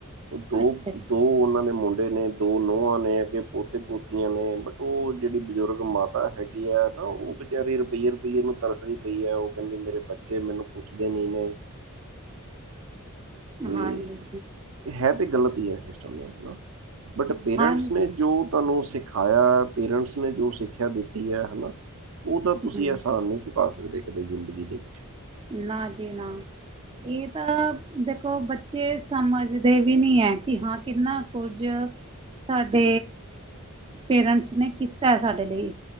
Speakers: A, on the right (about 65°); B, on the right (about 25°).
A: ਉਹ ਦੋ,
B: ਅੱਛਾ
A: ਦੋ ਉਹਨਾਂ ਦੇ ਮੁੰ ਨੇ, ਦੋ ਨੋਹਾਂ ਨੇ, ਅਗੇ ਪੋਤੇ-ਪੋਤੀਆਂ ਨੇ ਬਟ ਉਹ ਜਿਹੜੀ ਬਜ਼ੁਰਗ ਮਾਤਾ ਹੈਗੀ ਆ, ਨਾ ਉਹ ਵਿਚਾਰੀ ਰੁਪਈਏ-ਰੁਪਈਏ ਨੂੰ ਤਰਸਦੀ ਪਈ ਐ, ਉਹ ਕਹਿੰਦੇ ਮੇਰੇ ਬੱਚੇ ਬੱਚੇ ਮੈਨੂੰ ਪੁੱਛਦੇ ਨੀ ਨੇ। ਵੀ,
B: ਹਾਂਜੀ
A: ਹੈ ਤੇ ਗਲਤ ਈ ਐ ਸਿਸਟਮ, ਦੇਖ ਨਾ ਬਟ ਪੇਰੈਂਟਸ
B: ਹਾਂਜੀ
A: ਨੇ ਜੋ ਤੁਹਾਨੂੰ ਸਿਖਾਇਆ, ਪੇਰੈਂਟਸ ਨੇ ਜੋ ਸਿੱਖਿਆ ਦਿੱਤੀ ਹੈ, ਹਨਾ। ਉਹਦਾ ਤੁਸੀਂ
B: ਹਮ
A: ਅਹਿਸਾਨ ਨਹੀਂ ਚੁਕਾ ਸਕਦੇ ਕਦੇ ਜ਼ਿੰਦਗੀ ਦੇ ਵਿੱਚ।
B: ਨਾ ਜੀ ਨਾ। ਇਹ ਤਾਂ ਦੇਖੋ, ਬੱਚੇ ਸਮਝਦੇ ਵੀ ਨਹੀਂ ਐ, ਕਿ ਹਾਂ ਕਿੰਨਾ ਕੁੱਝ ਸਾਡੇ, ਪੇਰੈਂਟਸ ਨੇ ਕੀਤਾ ਏ ਸਾਡੇ ਲਈ।